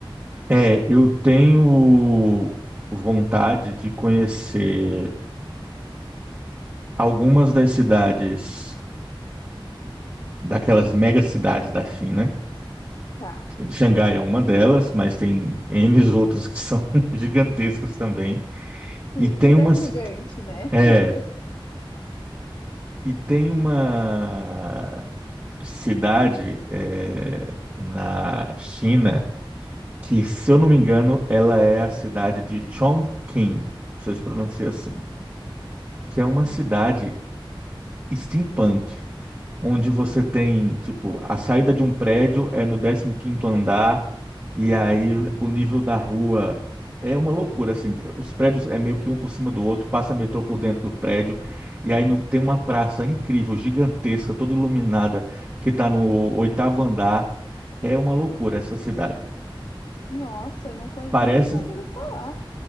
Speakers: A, on the right (about 25°); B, on the left (about 55°).
A: É, eu tenho vontade de conhecer algumas das cidades, daquelas mega cidades da China.
B: Tá.
A: Xangai é uma delas, mas tem N outras que são <laughs> gigantescas também.
B: Sim,
A: E tem
B: tudo
A: uma,
B: é gigante,
A: ci-
B: né?
A: é,
B: <laughs>
A: E tem uma cidade eh, na China que, se eu não me engano, ela é a cidade de Chongqing, não sei se pronuncia assim, que é uma
B: Uhum.
A: cidade steampunk onde você tem, tipo, a saída de um prédio é no décimo quinto andar, e aí o nível da rua é uma loucura, assim, os prédios é meio que um por cima do outro, passa metrô por dentro do prédio, e aí não, tem uma praça incrível, gigantesca, toda iluminada, que está no oitavo andar, é uma loucura essa cidade.
B: Nossa, eu não conhe-
A: Parece,
B: nunca tinha ouvido falar.